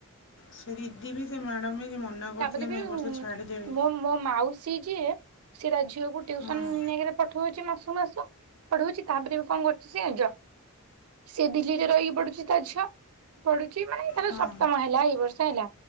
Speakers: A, on the left; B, on the right.
A: ସେ ଦିଦି ବିି ସେ ମ୍ୟାଡ଼ମ୍ ବି ମନା କରିଥିଲେ
B: ତାପରେ ବି
A: ମୁଁ ଏ ବର୍ଷ ଛାଡ଼ିଦେବି।
B: ମୋ ମୋ ମାଉସି ଯିଏ ସିଏ ତା ଝିଅକୁ ଟଉସନ
A: ହଁ
B: ନେଇକିରି ପଠଉଛି ମାସ ମାସ। ପଢଉଛି ତାପରେ ବି କଣ କରୁଛି ସେ ଜାଣିଛ ସେ ଦିଲ୍ଲୀରେ ରହିକି ପଡୁଛି ତା ଝିଅ। ପଢୁଛି ମାନେ ତାର
A: ହଁ
B: ସପ୍ତମ ହେଲା ଏଇ ବର୍ଷ ହେଲା